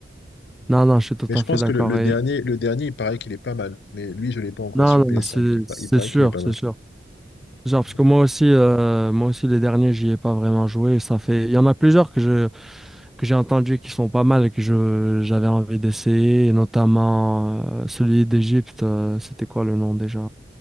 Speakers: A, in the centre; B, on the left.
A: Non, non, je suis tout
B: Mais je
A: à fait
B: pense
A: d'accord.
B: que le, le
A: Et...
B: dernier, le dernier, il paraît qu'il est pas mal. Mais lui, je l'ai pas encore
A: Non,
B: sur
A: non,
B: PS5.
A: c'est
B: Il, pa-
A: c'est
B: il paraît
A: sûr,
B: qu'il est pas
A: c'est
B: mal.
A: sûr. Genre, parce
B: Mm.
A: que moi aussi, euh, moi aussi, les derniers, j'y ai pas vraiment joué. Ça fait... Il y en a plusieurs que je que j'ai entendu qui sont pas mal et que je j'avais envie d'essayer, et notamment euh, celui d'Égypte. euh, c'était quoi le nom déjà?